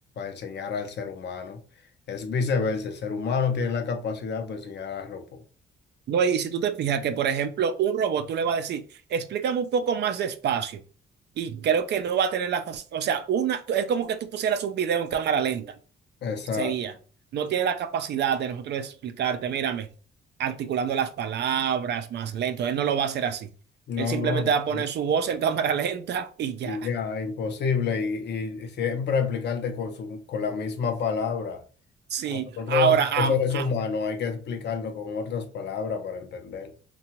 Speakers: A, on the left; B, on the right.
A: enseñar al ser humano. Es viceversa, el ser humano tiene la capacidad para enseñar al robot.
B: No, y si tú te fijas que, por ejemplo, un robot tú le vas a decir, explícame un poco más despacio. Y creo que no va a tener la... fac- O sea, una, es como que tú pusieras un video en cámara lenta.
A: Exacto.
B: Sería. No tiene la capacidad de nosotros explicarte, mírame, articulando las palabras más lento. Él no lo va a hacer así.
A: No,
B: Él simplemente
A: no,
B: va a poner
A: y
B: su voz en <laughs> cámara lenta y ya.
A: y ya, imposible. Y, y- y siempre explicarte con, su, con la misma palabra.
B: Sí.
A: A nosotros,
B: Ahora, am-
A: los seres
B: a-
A: humanos, hay que explicarlo con otras palabras para entender.